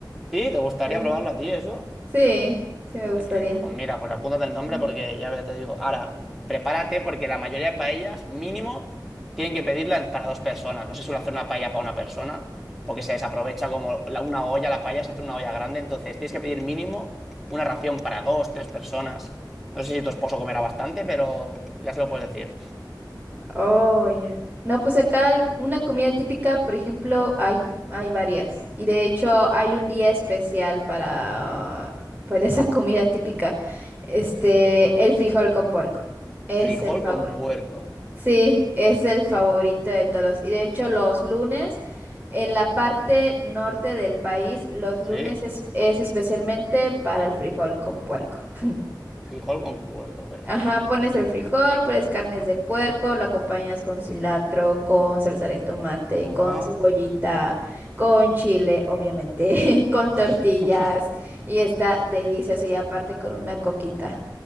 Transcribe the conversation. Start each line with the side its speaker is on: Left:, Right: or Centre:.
Centre: ¿Sí? ¿Te gustaría
Right: Sí.
Centre: probarlo a ti eso?
Right: Sí, sí me
Centre: Muy
Right: gustaría.
Centre: bien. Pues mira, pues apúntate el nombre
Right: Mm.
Centre: porque ya ve- te digo. Ahora, prepárate porque la mayoría de paellas, mínimo, tienen que pedirla en- para dos personas. No se suele hacer una paella para una persona porque se desaprovecha como la- una olla, la paella se hace en una olla grande. Entonces, tienes que pedir mínimo una ración para dos, tres personas. No sé si tu esposo comerá bastante, pero ya se lo puedes decir.
Right: Oh, ya. No, pues acá el- una comida típica, por ejemplo, hay, hay varias. Y de hecho hay un día especial para,
Centre: Ujú.
Right: para esa comida típica. Este, el frijol con puerco. Es
Centre: Frijol
Right: el favorito.
Centre: con puerco.
Right: Sí, es el
Centre: Ajá.
Right: favorito de todos. Y de hecho, los lunes, en la parte norte del país, los
Centre: Sí,
Right: lunes es, es especialmente para el frijol con puerco. <laughs>
Centre: frijol con puerco, perfecto.
Right: Ajá, pones el frijol, pones carnes
Centre: Ajá,
Right: de puerco, lo acompañas con cilantro, con salsa de tomate,
Centre: ajá.
Right: con cebollita, con chile, obviamente, <laughs> con
Centre: <laughs>
Right: tortillas. Y está delicioso y aparte con una coquita.